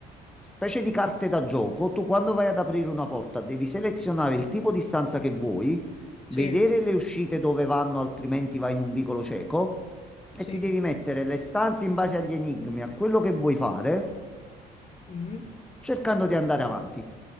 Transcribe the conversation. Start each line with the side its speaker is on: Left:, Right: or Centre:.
Centre: specie di carte da gioco. Tu quando vai ad aprire una porta devi selezionare il tipo di stanza che vuoi,
Left: Sì,
Centre: vedere le uscite dove vanno, altrimenti vai in un vicolo cieco e
Left: sì.
Centre: ti devi mettere le stanze in base agli enigmi, a quello che vuoi fare.
Left: mhm.
Centre: cercando di andare avanti.